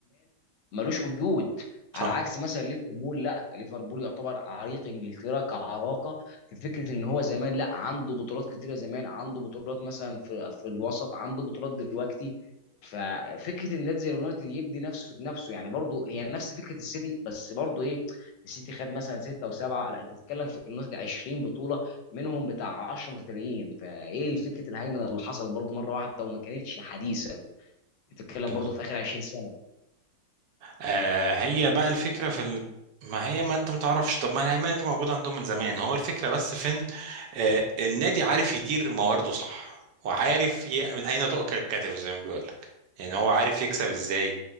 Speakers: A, on the left; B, on the right.
A: ملوش وجود
B: صح
A: على عكس مثلا ليفربول لا ليفربول يعتبر عريق انجلترا كعراقه في فكره ان هو زمان لا عنده بطولات كتيره زمان عنده بطولات مثلا في في الوسط عنده بطولات دلوقتي ففكره ان نادي زي اليونايتد يبدي نفسه بنفسه يعني برضه هي يعني نفس فكره السيتي بس برضه ايه السيتي خد مثلا سته وسبعه لا انت بتتكلم في اليونايتد 20 بطوله منهم بتاع 10 متتاليين فايه الفكره الهيمنه اللي حصلت برضه مره واحده وما كانتش حديثا بتتكلم
B: بالظبط
A: برضه في اخر 20
B: آه هي بقى الفكرة في ال... ما هي ما انت متعرفش طب ما الهيمنة دي موجودة عندهم من زمان هو الفكرة بس فين آه النادي عارف يدير موارده صح وعارف ي... من أين تؤكل الكتف زي ما بيقول لك يعني هو عارف يكسب ازاي